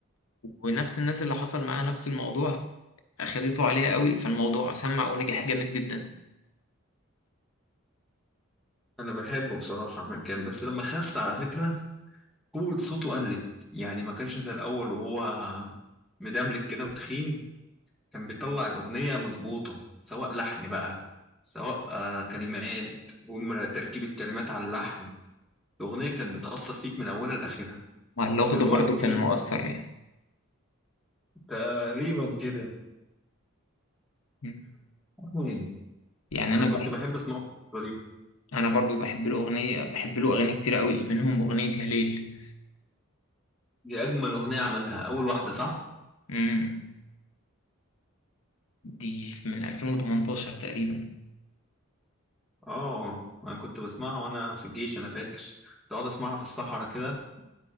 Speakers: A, on the left; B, in the centre.
A: ونفس الناس اللي حصل معاها نفس الموضوع أخدته عليها قوي فالموضوع سمع ونجح جامد جدا
B: انا بحبه بصراحه احمد كامل بس لما خس على فكره قوه صوته قلت يعني ما كانش زي الاول وهو مدملك كده وتخين كان بيطلع الاغنيه مظبوطه سواء لحن بقى سواء آه، كلمات ومرة تركيبة كلمات على اللحن الأغنية كانت بتأثر فيك من أولها لآخرها
A: مع اللغة
B: دلوقتي
A: ده برضو كان مؤثر يعني
B: تقريبا كده
A: مم.
B: <coughs> <laughs>
A: يعني
B: انا
A: أنا
B: كنت
A: بحب
B: بحب اسمعه في الفترة دي
A: أنا برضو بحب له أغنية بحب له أغاني كتير قوي منهم أغنية يا ليل
B: دي اجمل اغنية عملها اول واحدة صح
A: مم. دي من 2018 تقريبا
B: اه انا كنت بسمعها وانا في الجيش انا فاكر كنت اقعد اسمعها في الصحراء كده